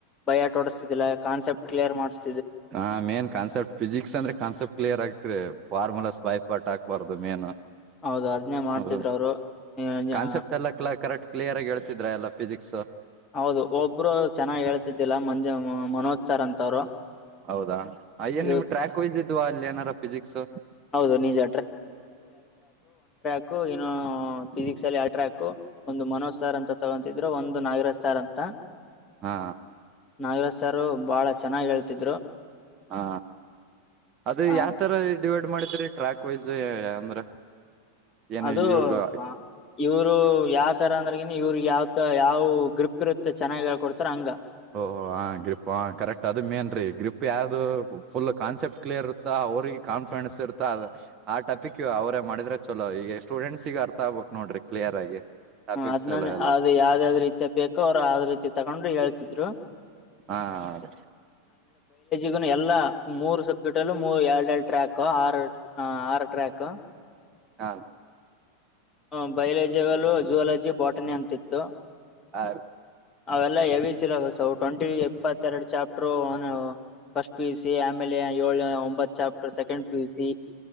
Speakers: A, on the left; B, on the right.
A: ಬಯಾಟೋಡಿಸ್ತಿದಿಲ್ಲ ಕಾನ್ಸೆಪ್ಟ್ ಕ್ಿಯರ್ ಮಾಡಸ್
B: ಹಾ ಮೇನ್ ಕಾನ್ಸೆಪ್ಟ ಫಿಸಿಕ್ಸ್ ಅಂದ್ರೆ ಕಾನ್ಸೆಪ್ ಕ್ಲಿಯರ್ ಆಗ್ತರಿ ಫಾರ್ಮುಲಸ್ ಬೈಪಾಟ್ ಹಾಕ್ಬಾರ್ದು ಮೇನು
A: ಹೌದು ಅದ್ನೇ ಮಾಡ್ತಿದ್ರು
B: ಹೌದು
A: ಅವರು
B: ಕಾನ್ಸೆಪ್ಟ್ ಎಲ್ಲ ಕಲ ಕರೆಕ್ಟ್ ಕ್ಲಿಯರ್ ಆಗ ಹೇಳ್ಿದ್ರ ಎಲ್ಲ ಫಿಸಿಕ್ಸ್
A: ಹೌದು ಒಬ್ರು ಚೆನ್ನಾಗ್ ಹೇಳ್ತಿದ್ದಿಲ್ಲ ಮಂಜು ಮನೋಜ್ ಸರ್ ಅಂತವ್ರು
B: ಹೌದಾ ಅಯ್ಯನ್
A: ಇವ್
B: ನಿಮ್ ಟ್ರ್ಯಾಕ್ ವೈಸ್ ಇದ್ವಾ ಅಲ್ಲಿ ಏನಾರ ಫಿಸಿಕ್ಸ್
A: ಹೌದು ನಿಜ ನ್ನು ಫಿಸಿಕ್ಸ್ ಅಲ್ಲಿ ಅಲ್ಟ್ರಾ ಹಕು ಒಂದು ಮನೋಜ್ ಸಾರ್ ಅಂತ ತಗೊತಿದ್ರು ಒಂದು ನಾಗರಾಜ್ ಸಾರ್ ಅಂತ
B: ಹಾ
A: ನಾಗರಾಜ್ ಸಾರ ಬಹಳ ಚೆನ್ನಾಗಿ ಹೇಳ್ತಿದ್ರು
B: ಹಾ ಅದು
A: ಆ
B: ಯಾವ ತರ ಡಿವೈಡ್ ಮಾಡಿದ್ರಿ ಟ್ರ್ಯಾಕ್ ವೈಸ್ ಅಂದ್ರ ಏನು
A: ಅದು
B: ಇವರು
A: ಆ, ಇವ್ರು ಯಾವ್ ತರ ಅಂದ್ರಗನ ಇವ್ರ ಯಾವ್ತ ಯಾವ್ ಗ್ರೂಪ್ ಇರುತ್ತೆ ಚೆನ್ನಾಗಕ ಕೊಡ್ತಾರ ಹಂಗ
B: ಓಹ ಹ ಗ್ರಿಪ್ ಹ ಕರೆಕ್ಟ್ ಅದು ಮೇನ್ ರೀ ಗ್ರಿಪ್ ಯಾವ್ದು ಫುಲ್ ಕಾನ್ಸೆಪ್ಟ್ ಕ್ಲಿಯರ್ ಇರುತ್ತಾ ಅವ್ರಿಗೆ ಕಾನ್ಫಿಡೆನ್ಸ್ ಇರ್ತದೆ ಆಟಪಿಕ್ ಅವರೇ ಮಾಡಿದ್ರೆ ಚಲೋ ಈಗ ಸ್ಟೂಡೆಂಟ್ಸ್ ಗ ಅರ್ಥ ಆಗ್ಬೇಕು ನೋಡಿ ನೋಡ್ರಿ ಕ್ಲಿಯರ್ ಆಗಿ ಟಾಪಿಕ್ಸ್
A: ಹ ಅದ್ನನ್
B: ಎಲ್ಲ ಎಲ್ಲ
A: ಅ್ ಯಾವ್ದ ಯಾವ್ ರೀತ ಬೇಕೋ ಅವ್ರು ಯಾವ್ದ್ ರೀತಿ ತಕೊಂಡ್ರು ಹೇಳ್ತಿದ್ರು
B: ಹಾ ಹೌದ
A: ಗ ಎಲ್ಲಾ ಮೂರು ಸಬ್ಜೆಕ್ಟ್ಲ್ಲೂ ಮೂ ಎರಡು ಎರಡ್ ಟ್ರ್ಯಾಕ್ ಆರು ಆರ್ ಟ್ರ್ಯಾಕ್
B: ಹಾ
A: ಹ್ಮ ಬಯಲಜಿಲ್ಲ ಜುವಲಜಿ ಬಾಟನಿ ಅಂತಿತ್ತು
B: ಹ
A: ಅವೆಲ್ಲ ಎವಿ ಸಿಲೆಬಸ್ ಅವು ಟ್ವೆಂಟಿ ಎಪ್ಪತ್ತೆರಡು chapter first P U C ಆಮೇಲೆ ಏಳ ಒಂಬತ್ chapter second P U C